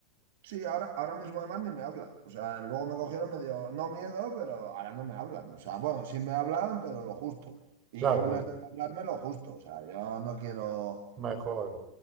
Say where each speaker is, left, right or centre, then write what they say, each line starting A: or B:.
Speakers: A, on the right; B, on the right.
A: Sí, ahora, ahora mismo además ni me hablan. O sea, luego me cogieron medio, no miedo, pero ahora no me hablan. O sea, bueno, sí me hablan, pero lo justo. Y
B: Claro,
A: yo les
B: lo-
A: dejo hablarme lo justo. O sea, yo no quiero...
B: mejor.